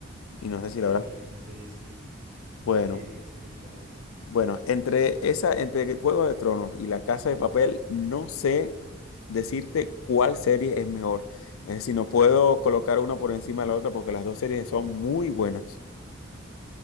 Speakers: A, on the left (about 80°); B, on the right (about 40°).
A: Y no sé si la
B: sí,
A: habrás
B: esa serie sí,
A: Bueno,
B: sí, sí sé cuál es.
A: bueno, entre esa, entre Juego de Tronos y La Casa de Papel, no sé decirte cuál serie es mejor. Es decir, no puedo colocar una por encima de la otra porque las dos series son muy buenas.